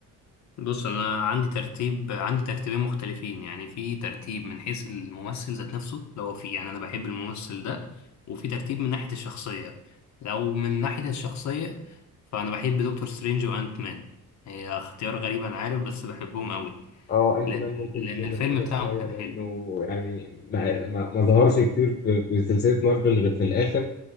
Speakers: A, on the left; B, on the left.
A: بص انا عندي ترتيب عندي ترتيبين مختلفين يعني في ترتيب من حيث الممثل ذات نفسه لو هو في يعني انا بحب الممثل ده وفي ترتيب من ناحية الشخصية لو من ناحية الشخصية فانا بحب دكتور سترينج وانت مان هي اختيار غريب انا عارف بس بحبهم قوي
B: اه انت
A: لان
B: مان ممكن
A: لان
B: تكون
A: الفيلم
B: غريبه
A: بتاعهم
B: شويه
A: كان
B: لانه
A: حلو
B: يعني ما ما, ما ظهرش كتير في, في سلسله مارفل غير في الاخر